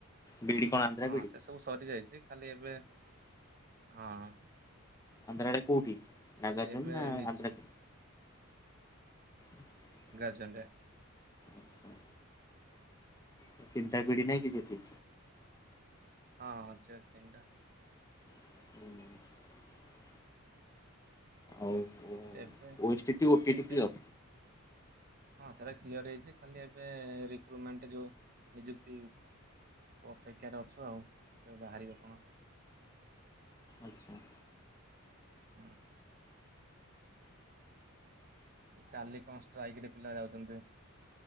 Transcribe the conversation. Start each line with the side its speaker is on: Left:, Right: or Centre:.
Left: ବିଇଡି କଣ ଆନ୍ଧ୍ରା
Right: ହଁ
Left: ବିଇଡି
Right: ସେ ସବୁ ସରି ଯାଇଛି ଖାଲି ଏବେ ହଁ।
Left: ଆନ୍ଧ୍ରା ରେ କୋଉଠି?
Right: ଖାଲି
Left: ନାଗାର୍ଜୁନ
Right: ଏବେ
Left: ନା
Right: ନିଯୁ
Left: ଆନ୍ଧ୍ରା <unintelligible>
Right: ଜ <unintelligible>
Left: ଆଚ୍ଛା <unintelligible>
Right: ହୁଁ
Left: ପିଢ଼ି ନାଇଁ
Right: ହୁଁ
Left: କି ସେଠି?
Right: ହଁ ଆଚ୍ଛା ତିନିଟା।
Left: <unintelligible> ଆଉ <unintelligible> ଓ,
Right: ସେ ଏବେ
Left: ଟି, ଟି
Right: ଏବେ
Left: କ୍ଲିୟର?
Right: ହଁ ସେଇଟା କ୍ଲିୟର ହେଇଛି ଖାଲି ଏବେ ରିକ୍ରୁମେଣ୍ଟ୍ ଯୋଉ ନିଯୁକ୍ତି ଅପେକ୍ଷାରେ ଅଛୁ ଆଉ କେବେ ବାହାରିବ କଣ?
Left: ଆଚ୍ଛା।
Right: ହୁଁ। କାଲି କଣ ଷ୍ଟ୍ରାଇକ୍ ରେ ପିଲା ଯାଉଛନ୍ତି।